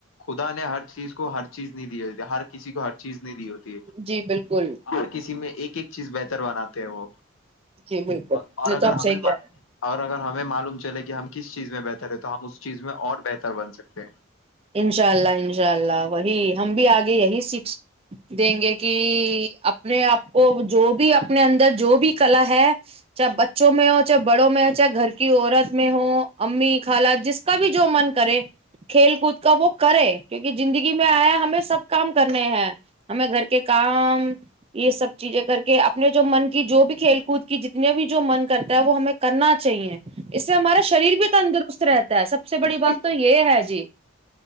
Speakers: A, on the left; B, on the right.
A: خدا نے ہر چیز کو ہر چیز نہیں دی ہوتی ہر کسی کو ہر چیز نہیں دی ہوتی
B: جی بالکل
A: ہر کسی میں ایک ایک چیز بہتر بناتے ہیں وہ
B: جی بالکل
A: اور اور
B: یہ
A: اگر
B: تو آپ
A: ہمیں
B: صحیح کہہ رہے ہیں
A: اگر ہمیں معلوم چلے کہ ہم کس چیز میں بہتر ہے تو ہم اس چیز میں اور بہتر بن سکتے ہیں
B: انشاء اللہ انشاء اللہ وہی ہم بھی آگے یہی سیکھ دیں گے کہ اپنے آپ کو جو بھی اپنے اندر جو بھی کلا ہے چاہے بچوں میں ہو چاہے بڑوں میں ہو چاہے گھر کی عورت میں ہو امی خال جس کا بھی جو من کرے کھیل کود کا وہ کرے کیوںکہ زندگی میں آیا ہمیں سب کام کرنے ہیں ہمیں گھر کے کام یہ سب چیزیں کر کے اپنے جو من کی جو بھی کھیل کود کی جتنے بھی جو من کرتا ہے وہ ہمیں کرنا چاہیے اس سے ہمارا شریر بھی تندرست رہتا سب سے بڑی
A: بالکل
B: بات تو یہ ہے جی